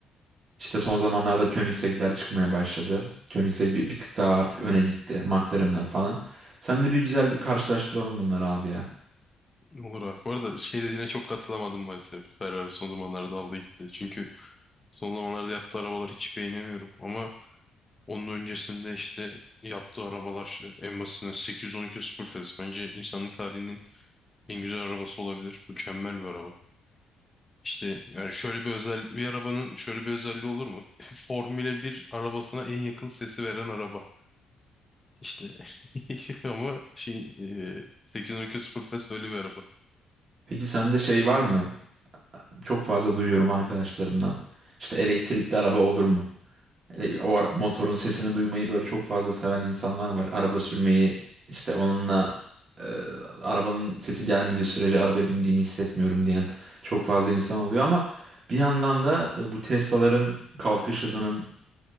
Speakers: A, on the right; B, on the left.
A: İşte son zamanlarda Koenigsegg'ler çıkmaya başladı. Koenigsegg bir, bir tık daha artık öne gitti. McLaren'lar falan. Sen de bir güzel karşılaştıralım bunları abi ya.
B: Olur abi. Bu arada şey dediğine çok katılamadım maalesef. Ferrari son zamanlarda aldı gitti. Çünkü son zamanlarda yaptığı arabaları hiç beğenemiyorum. Ama Onun öncesinde işte yaptığı arabalar işte en basitinden 812 Superfast bence insanlık tarihinin en güzel arabası olabilir. Mükemmel bir araba. İşte yani şöyle bir özel bir arabanın şöyle bir özelliği olur mu? <laughs> Formüle bir arabasına en yakın sesi veren araba. İşte <laughs> ama şey e, 812 Superfast öyle bir araba.
A: Peki sende şey var mı? Çok fazla duyuyorum arkadaşlarımdan. İşte elektrikli araba olur mu? Hele O ara- motorun sesini duymayı böyle çok fazla seven insanlar var. Araba sürmeyi işte onunla e, arabanın sesi gelmediği sürece arabaya bindiğimi hissetmiyorum diyen çok fazla insan oluyor ama bir yandan da e, bu Tesla'ların kalkış hızının